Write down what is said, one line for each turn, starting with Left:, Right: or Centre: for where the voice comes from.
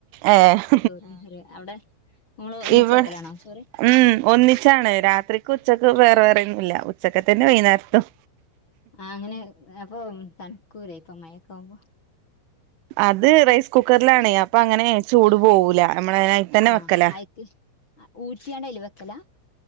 Right: ഏഹ്
Left: ചോറും കറിം അവടെ നിങ്ങള് ഒന്നിച്ച്
Right: ഇവ
Left: വെക്കലാണോ ചോറ്
Right: ഉം ഒന്നിച്ചാണ് രാത്രിക്ക് ഉച്ചക്ക് വേറെ വേറൊന്നും ഇല്ല ഉച്ചക്കത്തെന്നെ വൈന്നാരത്തും
Left: ആഹ അങ്ങനെ അപ്പം തണ്ക്കൂലെ ഇപ്പം മയക്കാവുമ്പം
Right: അത് റൈസ് കുക്കറിലാണെ അപ്പങ്ങനെ ചൂട് പോകൂല നമ്മള് അതിൽ തന്നെ
Left: ആ
Right: വെക്കല
Left: ആയിക്ക് ഊറ്റിയാണ്ട് അയല് വെക്കലാ